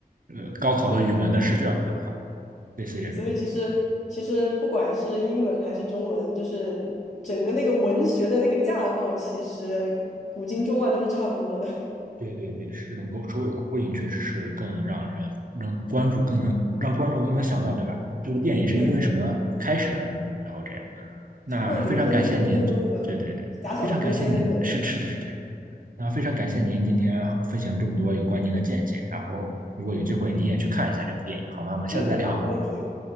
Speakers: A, on the right; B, on the left.
A: 呃高考的语文的试卷嘛，对吧？类似这种，
B: 所以其实其实不管是英文还是中文，就是整个那个文学的那个架构，其实古今中外都是差不多的。<laughs>
A: 对对对，是这种勾首尾呼应，确实是更让人让关注更能让观众更能想到，对吧？这部电影是因为什么开始的，
B: 对对，
A: 然后这样。那非常感谢你，
B: 会留给你更多那个
A: 对对对，
B: 遐想的空间。
A: 非常感谢你，
B: 对对对，
A: 是是是那非常感谢您今天分享这么多有关您的见解，然后如果有机会您也去看一下这部电影，好吗？我们下次再聊。
B: 嗯，好，没问题。